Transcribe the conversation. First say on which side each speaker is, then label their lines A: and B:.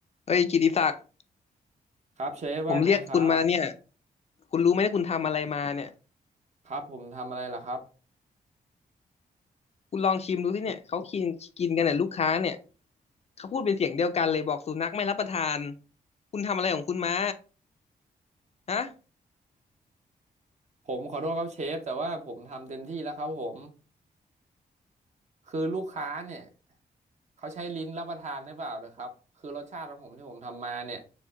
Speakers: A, on the left; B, on the right.
A: เอ้ยกิติศักดิ์
B: ครับเชฟว่าไงครับ
A: ผมเรียกคุณมาเนี่ยคุณรู้ไหมว่าคุณทำอะไรมาเนี่ย
B: ครับผมทำอะไรล่ะครับ
A: คุณลองชิมดูสิเนี่ยเขากินกินกันเนี่ยลูกค้าเนี่ยเขาพูดเป็นเสียงเดียวกันเลยบอกสุนัขไม่รับประทานคุณทำอะไรของคุณมาฮะ
B: ผมขอโทษครับเชฟแต่ว่าผมทำเต็มที่แล้วครับผมคือลูกค้าเนี่ยเขาใช้ลิ้นรับประทานหรือเปล่านะครับคือรสชาติของผมที่ผมทำมาเนี่ย